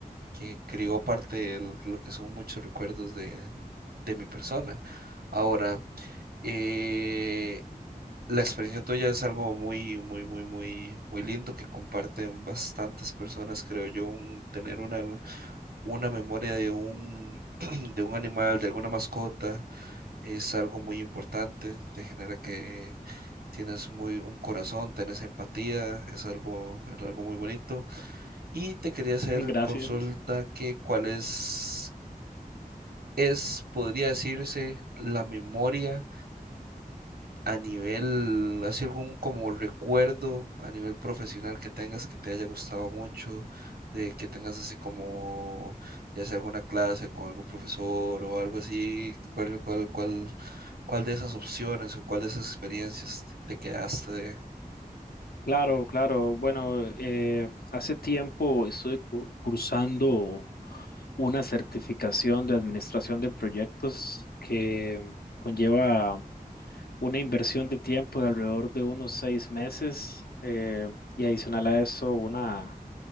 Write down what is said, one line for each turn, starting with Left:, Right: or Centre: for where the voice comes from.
Right: que creó parte de lo que son muchos recuerdos de, de mi persona. Ahora, eh, la experiencia tuya es algo muy, muy, muy, muy, muy lindo que comparten bastantes personas, creo yo, un- tener una, una memoria de un, <clears throat> de un animal, de alguna mascota, es algo muy importante, te genera que tienes muy, un corazón, tienes empatía, es algo, es algo muy bonito. Y te quería hacer
Left: <laughs> Gracias.
Right: consulta que cuál es es, podría decirse, la memoria a nivel, así algún como recuerdo a nivel profesional que tengas que te haya gustado mucho, de que tengas así como, ya sea alguna clase con algún profesor o algo así, cuál, cuál, cuál, cuál de esas opciones o cuál de esas experiencias te te quedaste de...
Left: Claro, claro. Bueno, eh, hace tiempo estoy cu- cursando una certificación de administración de proyectos que conlleva una inversión de tiempo de alrededor de unos seis meses eh, y adicional a eso una